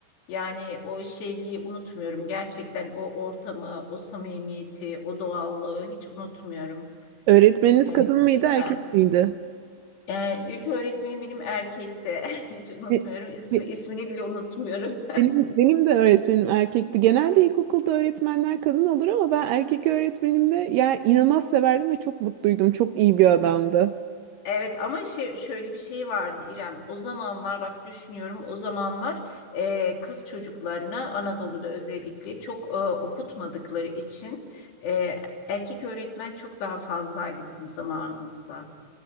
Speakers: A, on the left; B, on the right.
A: yani o şeyliği unutmuyorum. Gerçekten o ortamı, o samimiyeti, o doğallığı hiç unutmuyorum.
B: Öğretmeniniz
A: Evet,
B: kadın
A: çok
B: mıydı,
A: güzel.
B: erkek miydi?
A: Ee, ilk öğretmenim benim erkekti. <laughs> Hiç unutmuyorum.
B: Be-
A: İsmi,
B: be-
A: ismini bile unutmuyorum.
B: Benim, benim de öğretmenim erkekti. Genelde ilkokulda öğretmenler kadın olur ama ben erkek öğretmenimde yani inanılmaz severdim ve çok mutluydum. Çok iyi bir adamdı.
A: Evet ama şey, şöyle bir şey vardı İrem. O zamanlar bak düşünüyorum o zamanlar e, kız çocuklarına Anadolu'da özellikle çok e, okutmadıkları için e, erkek öğretmen çok daha fazlaydı bizim zamanımızda.